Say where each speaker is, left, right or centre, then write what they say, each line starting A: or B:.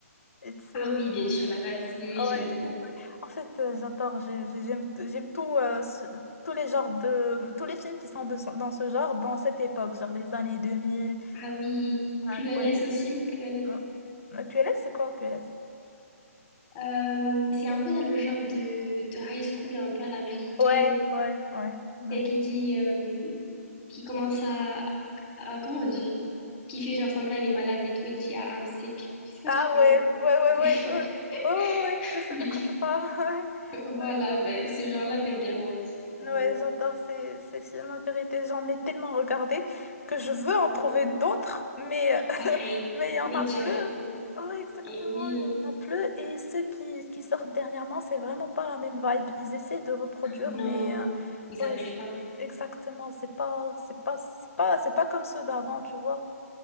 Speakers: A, on the left; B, on the left.
A: It's,
B: Ah
A: euh,
B: oui, bien sûr, la base. Oui, oui,
A: ouais,
B: j'aime trop.
A: ouais. En fait, euh, j'adore, j'ai- j'ai- j'aime, j'aime tout, euh, ce- tous les genres de, tous les films qui sont de, ce- dans ce genre, dans cette époque, genre les années 2000.
B: Ah oui,
A: hein,
B: Clueless
A: ouais,
B: aussi, Clueless.
A: hein. QLS, c'est quoi QLS?
B: Euh, c'est un peu dans le genre de, de high school, un peu à l'américaine,
A: Ouais, ouais, ouais, ouais.
B: Celle qui dit, euh, qui commence à, à- comment on dit? Qui fait genre semblant elle est malade et tout, elle dit ah, I'm sick. Je sais pas
A: Ah
B: si tu connais.
A: ouais, ouais, ouais, ouais, ouais,
B: <laughs>
A: ouais, ouais, ouais, je sais
B: Oui.
A: de quoi tu parles. <laughs>
B: Voilà,
A: ouais, ouais.
B: mais ce genre-là, t'aimes bien moi aussi.
A: Ouais,
B: vraiment.
A: j'adore ces, ces films, en vérité. J'en ai tellement regardé que je veux en
B: Oui.
A: trouver d'autres, mais <laughs>
B: Pareil.
A: mais il y en
B: Mais
A: a plus.
B: j'arrive plus.
A: Ouais, exactement,
B: Et oui.
A: il y en a plus. Et ceux qui, qui sortent dernièrement, c'est vraiment pas la même vibe. Ils essaient de reproduire,
B: Non.
A: mais euh,
B: Ils
A: ouais,
B: arrivent
A: c'est-
B: pas.
A: exactement. C'est pas, c'est pas, c'est pas, c'est pas comme ceux d'avant, tu vois.